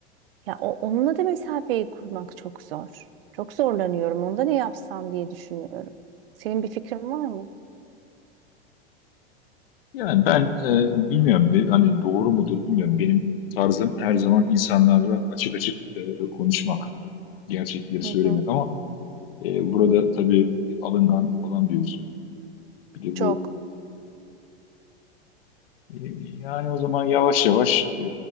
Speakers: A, on the right; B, on the left.
A: Ya o, onunla da mesafeyi kurmak çok zor. Çok zorlanıyorum. Onda ne yapsam diye düşünüyorum. Senin bir fikrin var mı?
B: Yani ben e, bilmiyorum bir- hani doğru mudur bilmiyorum. Benim tarzım her zaman insanlarla açık açık e, konuşmak, gerçekleri söylemek
A: Hı hı.
B: ama E, burada tabii alından falan diyorsun. Bir de
A: Çok.
B: bu e, yani o zaman yavaş yavaş e,